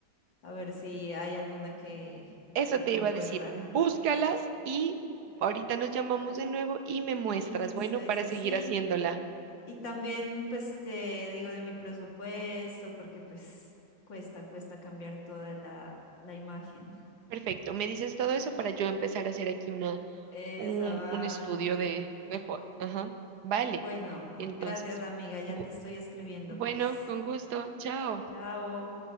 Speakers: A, on the left; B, on the right.
A: A ver si hay alguna que,
B: Eso
A: que
B: te
A: concuerda.
B: iba a decir. Búscalas y ahorita nos llamamos de nuevo y me muestras,
A: Eso,
B: bueno,
A: eso
B: para seguir
A: sí.
B: haciéndola.
A: Y también, pues, te digo de mi presupuesto, porque pues cuesta, cuesta cambiar toda la, la imagen.
B: Perfecto. Me dices todo eso para yo empezar a hacer aquí una,
A: Esa
B: un,
A: vaina.
B: un estudio de, de foto. Ajá. Vale.
A: Bueno, ma-
B: Entonces,
A: gracias amiga, ya
B: gu-
A: te estoy escribiendo,
B: bueno,
A: pues.
B: con gusto. Chao.
A: Chao.